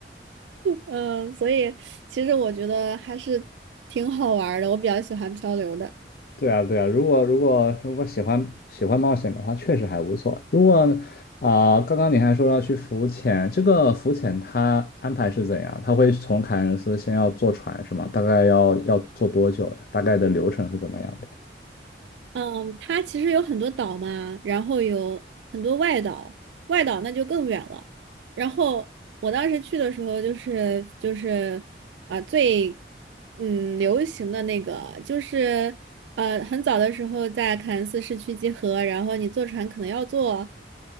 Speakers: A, on the right; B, on the left.
A: 嗯，所以其实我觉得还是挺好玩儿的，我比较喜欢漂流的。
B: 对啊，对啊，如果如果如果喜欢喜欢冒险的话，确实还不错。如果啊、刚刚你还说要去浮潜，这个浮潜它安排是怎样？它会从凯恩斯先要坐船是吗？大概要要坐多久呀？大概的流程是怎么样的？
A: 嗯，它其实有很多岛嘛，然后有很多外岛，外岛那就更远了。然后我当时去的时候、就是就是啊、最嗯流行的那个就是呃很早的时候在凯恩斯市区集合，然后你坐船可能要坐